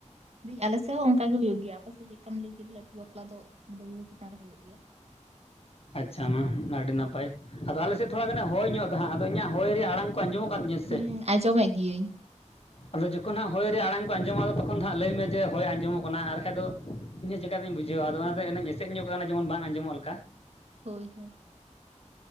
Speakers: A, on the right; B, on the left.
A: ᱫᱤ ᱟᱞᱮ ᱥᱮ ᱦᱚᱸ ᱚᱱᱠᱟᱜ ᱜᱮ ᱦᱩᱭᱩᱜ ᱜᱮᱭᱟ ᱟᱯᱮᱥᱮᱫ ᱪᱮᱫᱠᱟᱢ ᱞᱟᱹᱭ ᱠᱮᱫ ᱞᱟᱹᱴᱩ ᱵᱟᱯᱞᱟ ᱫᱚ ᱫᱟᱹᱲᱣᱟᱹ ᱪᱮᱛᱟᱱ ᱨᱮ ᱦᱩᱭᱩᱜ ᱜᱮᱭᱟ,
B: ᱟᱪᱪᱷᱟ ᱢᱟ ᱟᱹᱰᱤ ᱱᱟᱯᱟᱭ ᱟᱫᱚ ᱟᱞᱮ ᱥᱮᱫ ᱛᱷᱚᱲᱟ ᱜᱟᱱᱮ ᱦᱚᱭ ᱧᱚᱜ ᱮᱫᱟ ᱦᱟᱸᱜ ᱟᱫᱚ ᱤᱧᱟᱹᱜ ᱦᱚᱭ ᱨᱮᱭᱟᱜ ᱟᱲᱟᱝ ᱠᱚ ᱟᱸᱡᱚᱢᱚᱜ ᱠᱟᱱ ᱛᱤᱧᱟ ᱥᱮᱪᱮᱜ᱾
A: ᱦᱩᱸ ᱟᱸᱡᱚᱢᱮᱫ ᱜᱤᱭᱟᱹᱧ
B: ᱟᱫᱚ ᱡᱚᱠᱷᱚᱱ ᱦᱟᱸᱜ ᱦᱚᱭ ᱨᱮᱭᱟᱜ ᱟᱲᱟᱝ ᱠᱚ ᱟᱸᱡᱚᱢᱚᱜᱼᱟ ᱛᱚᱠᱷᱚᱱ ᱫᱚ ᱦᱟᱸᱜ ᱞᱟᱹᱭ ᱢᱮ ᱡᱮ ᱦᱚᱭ ᱟᱸᱡᱚᱢᱚᱜ ᱠᱟᱱᱟ ᱟᱨᱠᱷᱟᱡ ᱫᱚ ᱤᱧ ᱦᱚᱸ ᱪᱮᱠᱟᱛᱤᱧ ᱵᱩᱡᱷᱟᱹᱣᱟ ᱟᱫᱚ ᱚᱱᱟᱝ ᱤᱧ ᱮᱥᱮᱫ ᱧᱚᱜ ᱠᱟᱱᱟ ᱡᱮᱢᱚᱱ ᱵᱟᱝ ᱟᱸᱡᱚᱢᱚᱜ ᱞᱮᱠᱟ᱾
A: ᱦᱳᱭ ᱦᱳᱭ᱾